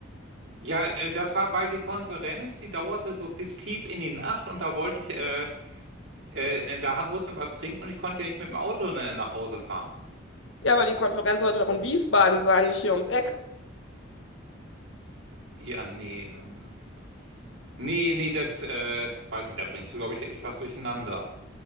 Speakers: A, on the right (about 65°); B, on the left (about 70°).
A: Ja, äh, das war, weil die Konferenz, die dauerte so bis tief in die Nacht und da wollte ich, äh, äh, da hab- mussten wir was trinken und ich konnte ja nicht mit dem Auto na- nach Hause fahren.
B: Ja, aber die Konferenz sollte doch in Wiesbaden sein, nicht hier ums Eck.
A: Ja, nee, ähm, nee, nee, das, äh, weiß nicht, da bringst du, glaube ich, echt was durcheinander.